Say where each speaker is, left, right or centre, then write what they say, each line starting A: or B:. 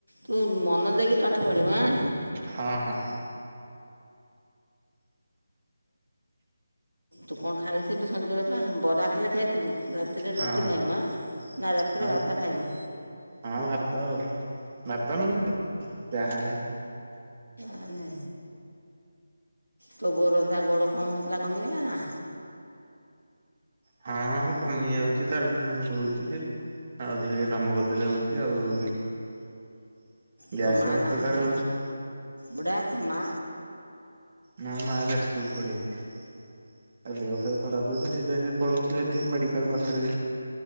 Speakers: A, on the right (about 80°); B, on the right (about 35°).
A: ତୁ ମନ ଦେଇକି ପାଠ ପଢିବୁ ଆଁ।
B: ହଁ ହଁ।
A: ତୁ କଣ ଖାଇଥିଲୁ ସଞ୍ଜବେଳେ ପା ବରା ଖାଲି ଖାଇଥିଲୁ। ରାତିରେ
B: ହଁ
A: ରୁଟି ଖାଇବ ଆ ନା ରାତିରେ
B: ଆଉ
A: ଭାତ ଖାଇବ?
B: ହଁ ଭାତ ଆଉ ଭାତ ନ ଯାହା ହେଲେ।
A: ଆମେ ତୋ ବୋଉ ଯା ଗୋଡ଼ କଣ ହୋଉଥିଲା କମିଗଲା ନା?
B: ହଁ କମି ଯାଉଛି ତାରଫରୁଁ ହଉଛି। ଆଉ ଦି ଟିକେ କାମ କରିଦେଲେ ହଉଛି ଆଉ ଗ୍ୟାସ
A: ତୋ ମା
B: ବ୍ୟବସ୍ଥା
A: ନାହାନ୍ତି
B: ତାର ହଉଛି।
A: ବୁଢ଼ା ତୋ ମା?
B: ମୋ ମା ଯାଜପୁର ପଳେଇଛି। ଆ ଦେହ ପେହ ଖରାପ ହେଉଛି ସେଇଥି ପାଇଁ ସେ ପଳଉଛି ସେଠି ମେଡିକାଲ ପାଖରେ।